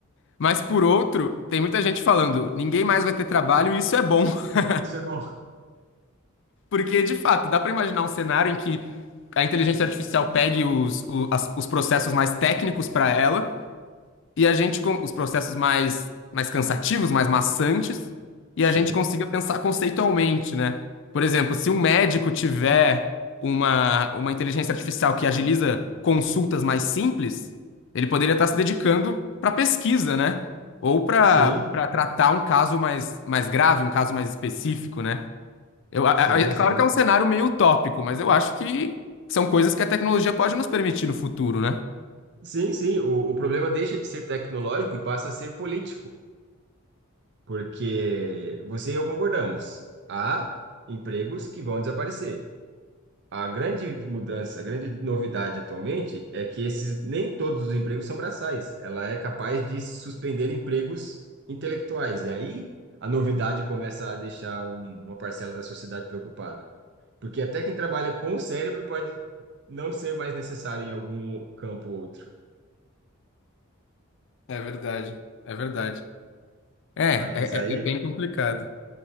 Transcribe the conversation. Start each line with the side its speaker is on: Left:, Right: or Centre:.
Left: Mas por outro, tem muita gente falando, ninguém mais vai ter trabalho, e isso é bom. <laughs>
Right: Isso é bom.
Left: Porque de fato, dá pra imaginar um cenário em que a inteligência artificial pegue os, o- as- os processos mais técnicos pra ela e a gente com os processos mais mais cansativos, mais maçantes, e
Right: Sim,
Left: a gente consiga pensar conceitualmente, né? Por exemplo, se um médico tiver uma uma inteligência artificial que agiliza consultas mais simples, ele poderia estar se dedicando para pesquisa, né? Ou para
Right: sim,
Left: para tratar um caso mais mais grave, um caso mais específico, né? Eu, a-
Right: sim,
Left: a- é
Right: sim.
Left: claro que é um cenário meio utópico, mas eu acho que são coisas que a tecnologia pode nos permitir no futuro, né?
Right: Sim, sim. O, o problema deixa de ser tecnológico e passa a ser político, porque você e eu concordamos. Há empregos que vão desaparecer. A grande mudança, a grande novidade atualmente é que esses nem todos os empregos são braçais. Ela é capaz de suspender empregos intelectuais. E aí a novidade começa a deixar um- uma parcela da sociedade preocupada. Porque até quem trabalha com o cérebro pode não ser mais necessário em algum campo ou outro.
Left: É verdade, é verdade. É, é,
Right: Mas aí,
Left: é é bem complicado.